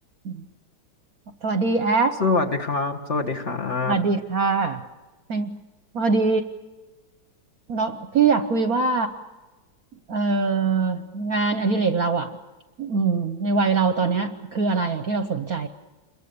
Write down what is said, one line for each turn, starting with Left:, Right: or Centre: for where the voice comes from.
Right: อืมสวัสดีแอค
Left: สวัสดีครับสวัสดีครับ
Right: สวัสดีค่ะเป็นพอดีเราพี่อยากคุยว่าเอ่องานอดิเรกเราอ่ะอืมในวัยเราตอนเนี้ยคืออะไรอ่ะที่เราสนใจ